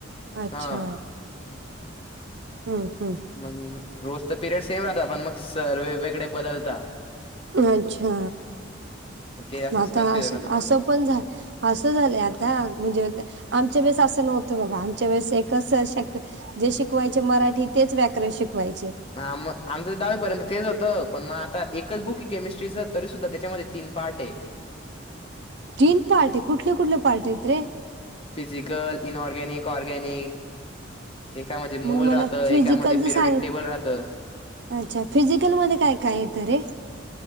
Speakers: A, on the right; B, on the left.
A: अच्छा.
B: हा
A: हम्मं हम्मं
B: मंग रोज तरं पिरियड सेम राहतं पणं मंग सरं वेगवेगळे बदलतांत.
A: अच्छा
B: ते असंच
A: मं आंता
B: कन्फ्युजन
A: असं
B: होतं माझं.
A: असं पणं झां- असं झालंय आंता म्हणजे आमच्या वेळेस असं नव्हतं बाबां आमच्या वेळेस एकचं सरं शिकवतं- जे शिकवांयचे मराठी तेचं व्याकरणं शिकवांयचे.
B: हां मंग आमचं तरं दहावीपर्यंत तेचं होतं पणं मंग आंता एकचं बुंक आहे केमिस्ट्रीचं तरी सुद्धां त्यांच्यामध्ये तीनं पार्ट आहे.
A: तीनं पार्टी कुंठली कुंठली पार्टी आहेतंत रे.
B: फिजिकलं इनऑर्गॅनिक ऑर्गॅनिक, एकां मध्यें
A: मग
B: मोल
A: मला
B: राहतं
A: फिजिकलच
B: एकां मध्यें पेरवडी
A: सांग
B: टेबलं राहतं.
A: अच्छा फिजिकलमध्यें कायं कायं आहेेत रे.